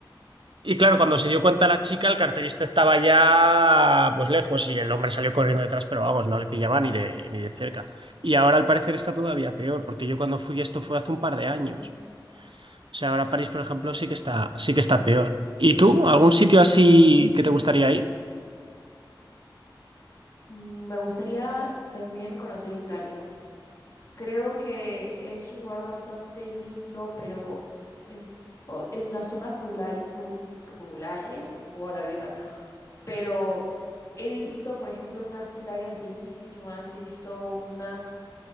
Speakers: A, on the right (about 80°); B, on the left (about 40°).
A: Y claro, cuando se dio cuenta la chica, el carterista estaba ya pues lejos y el hombre salió corriendo detrás, pero vamos, no le pillaba ni de, ni de cerca. Y ahora al parecer está todavía peor, porque yo cuando fui esto fue hace un par de años.
B: Ujú.
A: O sea, ahora París, por ejemplo, sí que está, sí que está peor. ¿Y tú? ¿Algún sitio así que te gustaría ir?
B: Mm, Me gustaría también conocer Italia. Creo que es un lugar bastante lindo, pero en, o- en las zonas rural, ru- rurales, no puedo hablar ahorita, pero he visto, por ejemplo, unas playas bellísimas, he visto unas,